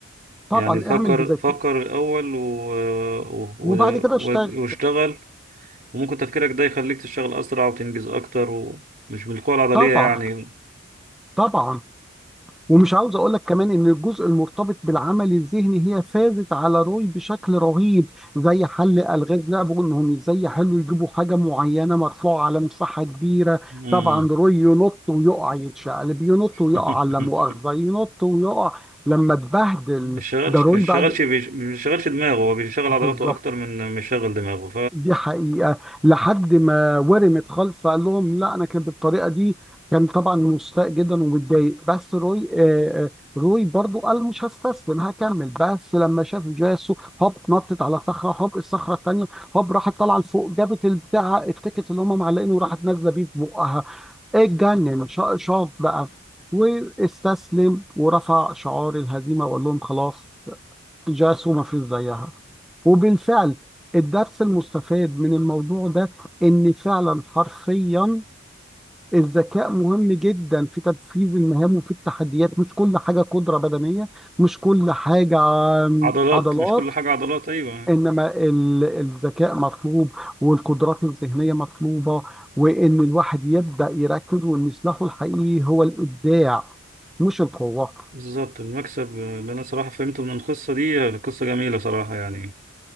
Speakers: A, in the centre; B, on the right.
A: طبعا
B: يعني فكر
A: اعمل بذكاء
B: فكر الأول و... و...
A: وبعد كده
B: و...
A: اشتغل
B: واشتغل وممكن تفكيرك ده يخليك تشتغل أسرع وتنجز أكتر ومش بالقوة العضلية
A: طبعا
B: يعني
A: طبعا ومش عاوز اقول لك كمان ان الجزء المرتبط بالعمل الذهني هي فازت على روي بشكل رهيب زي حل الغاز لعبوا انهم ازاي يحلوا يجيبوا حاجه معينه مرفوعه على مساحه كبيره
B: مم.
A: طبعا روي ينط ويقع يتشقلب ينط ويقع
B: <laughs>
A: على مؤاخذه ينط ويقع لما اتبهدل
B: ما يشغلش
A: ده روي
B: ما يشغلش
A: بعد
B: بيش- ما يشغلش دماغه هو بيشغل عضلاته
A: بالظبط
B: أكتر من ما يشغل دماغه
A: دي حقيقة لحد ما ورمت خالص فقال لهم لا أنا كان بالطريقة دي كان طبعا مستاء جدا ومتضايق بس روي آه آه، روي برضو قال مش هستسلم هكمل بس لما شاف جاسو هوب نطت على صخرة هوب الصخرة التانية هوب راحت طالعة لفوق جابت البتاع التيكت اللي هم معلقينه وراحت نازلة بيه في بقها اتجنن شا- شاط بقى واستسلم ورفع شعار الهزيمة وقال لهم خلاص جاس وما فيش زيها وبالفعل الدرس المستفاد من الموضوع ده ان فعلا حرفيا الذكاء مهم جدا في تنفيذ المهام وفي التحديات مش كل حاجة قدرة بدنية مش كل حاجة آم،
B: فعضلات
A: عضلات
B: مش كل حاجة عضلات أيوه
A: انما ال- الذكاء مطلوب والقدرات الذهنية مطلوبة وان الواحد يبدأ يركز وان سلاحه الحقيقي هو الإبداع مش القوة
B: بالظبط المكسب اللي أنا صراحة فهمته من القصة دي قصة جميلة صراحة يعني